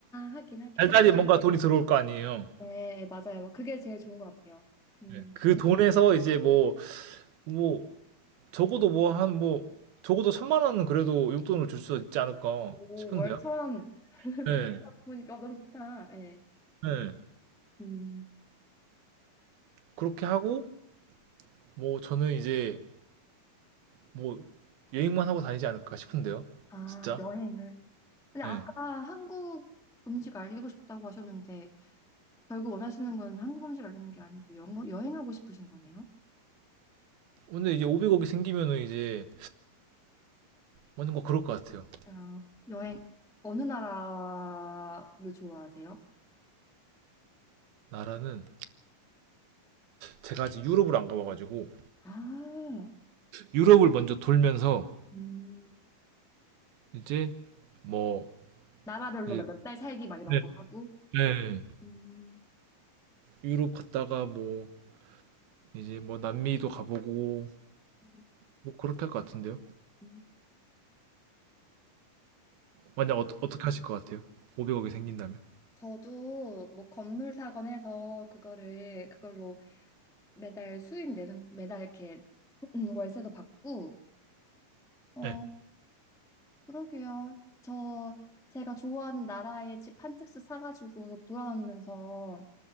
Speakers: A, in the centre; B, on the right.
A: 하긴, 하긴.
B: 달달이 뭔가 돈이 들어올 거 아니에요.
A: 네, 맞아요. 뭐 그게 제일 좋은 것 같아요. 음,
B: 네. 그 돈에서 이제 뭐 뭐 적어도 뭐 한 뭐 적어도 천만 원은 그래도 용돈으로 줄 수 있지 않을까
A: 오,
B: 싶은데요.
A: 월천. <laughs>
B: 네,
A: 월천 보니까 너무 좋다. 네.
B: 네.
A: 음,
B: 그렇게 하고 뭐 저는 이제 뭐 여행만 하고 다니지 않을까 싶은데요.
A: 아,
B: 진짜.
A: 여행을. 근데
B: 네.
A: 아까 한국 음식 알리고 싶다고 하셨는데, 결국 원하시는 건 한국 음식 알리는 게 아니고, 영어, 여행하고 싶으신 거네요?
B: 근데 이제 500억이 생기면은 이제 뭔가 그럴 것 같아요.
A: 아, 여행 어느 나라를 좋아하세요?
B: 나라는 제가 아직 유럽을 안 가봐가지고
A: 아,
B: 유럽을 먼저 돌면서
A: 음,
B: 이제 뭐
A: 나라별로
B: 이제
A: 몇 달 살기 막 이런
B: 네,
A: 거 하고.
B: 네.
A: 음,
B: 유럽 갔다가 뭐 이제 뭐 남미도 가보고
A: 음,
B: 뭐 그렇게 할 것 같은데요.
A: 음.
B: 만약 어, 어떻게 하실 것 같아요? 500억이 생긴다면?
A: 저도 뭐 건물 사건 해서 그거를 그걸로 매달 수익 내는 매달 이렇게 <clears throat> 월세도 받고 어
B: 네.
A: 그러게요. 저 제가 좋아하는 나라에 집 한 채씩 사가지고 돌아다니면서